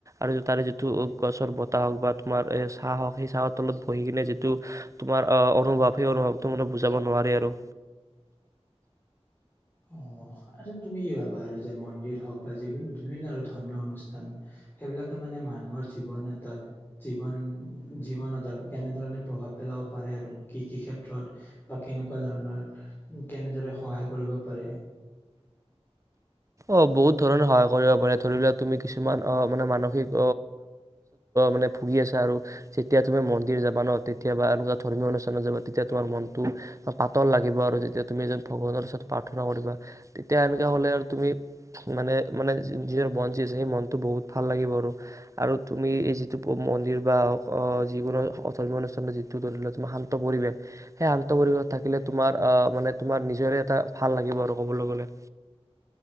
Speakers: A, on the right; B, on the left.
A: আৰু তাৰে যিটো গছৰ বতাহ হওক বা তোমাৰ এ চাহ হওক সেই চাহৰ তলত বহি কিনে যিটো তোমাৰ আহ অনুভৱ সেই অনুভৱটো মানে বুজাব নোৱাৰে আৰু।
B: অ' আৰু তুমি কি ভাবা আৰু যে মন্দিৰ হওক বা যিবোৰ বিভিন্ন আৰু ধৰ্মীয় অনুষ্ঠান সেইবিলাকে মানে মানুহৰ জীৱন এটাত জীৱন জীৱনত আৰু অ 'কেনেধৰণে প্ৰভাৱ পেলাব পাৰে আৰু কি কি ক্ষেত্ৰত বা কেনেকুৱা ধৰণৰ কেনেদৰে সহায় কৰিব? পাৰে।
A: অ' বহুত ধৰণে সহায় কৰিব পাৰে, ধৰি লোৱা তুমি কিছুমান অ মানে মানসিক মানে ভুগি আছা আৰু যেতিয়া তুমি মন্দিৰ যাবা ন' তেতিয়াা এনেকুৱা ধৰ্মীয় অনুষ্ঠানত যাবা তেতিয়া তোমাৰ মনটো পাতল লাগিব আৰু যেতিয়া তুমি এজন ভগৱানৰ ওচৰত প্ৰাৰ্থনা কৰিবা তেতিয়া এনেকুৱা হ'লে আৰু তুমি মানে মানে নিজৰ মন যি আছে সেই মনটো বহুত ভাল লাগিব। আৰু আৰু তুমি এই যিটো মন্দিৰ বা যিকোনো ধৰ্মীয় অনুষ্ঠানত যিটো ধৰি ল' তোমাৰ শান্ত পৰিৱেশ সেই শান্ত পৰিৱেশত থাকিলে তোমাৰ অহ মানে তোমাৰ নিজৰে এটা ভাল লাগিব আৰু ক'বলৈ গ'লে।